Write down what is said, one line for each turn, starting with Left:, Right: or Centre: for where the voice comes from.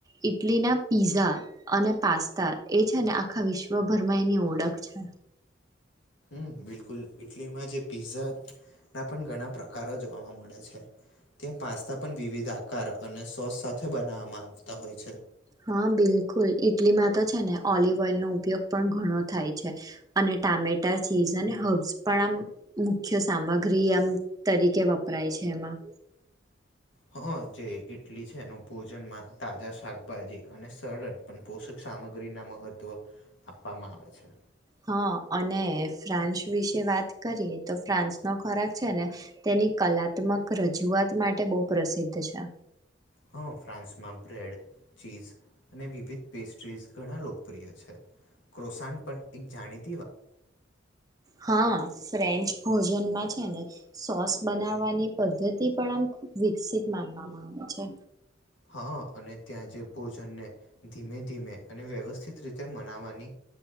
Right: ઈટલી ના પીઝા અને પાસ્તા એ છે ને આખા વિશ્વભરમાં એની ઓળખ છે.
Left: હમ્મ. બિલકુલ ઈટલીમાં જે પીઝા ના પણ ઘણા પ્રકારો જોવા મળે છે. ત્યાં પાસ્તા પણ વિવિધ આકાર અને સોસ સાથે બનાવામાં આવતા હોય છે.
Right: હા બિલકુલ ઈટલીમાં તો છે ને ઓલિવ ઓઇલનો ઉપયોગ પણ ઘણો થાય છે અને ટામેટા ચીઝ અને હબ્સ પણ આમ મુખ્ય સામગ્રી આમ તરીકે વપરાય છે એમાં.
Left: હા જે ઈ-ઈટલી છે એનું ભોજનમાં તાજા શાકભાજી અને સરળ પણ પોષક સામગ્રી ના મહત્વ આપવામાં આવે છે.
Right: હા અને ફ્રાન્સ વિશે વાત કરીએ તો ફ્રાન્સનો ખોરાક છે ને તેની કલાત્મક રજૂઆત માટે બહુ પ્રસિદ્ધ છે.
Left: હ ફ્રાન્સમાં બ્રેડ ચીઝ અને વિવિધ પેસ્ટ્રીસ ઘણા લોકપ્રિય છે. ક્રોસાન પણ એક જાણીત
Right: હા ફ્રેન્ચ ખોજ જોન માં છે ને સોસ બનાવવાની પદ્ધતિ પણ આમ ખુબ વિકસિત માનવામાં આવે છે.
Left: હા અને ત્યાં જે ભોજનને ધીમે ધીમે અને વ્યવસ્થિત રીતે મનાવાની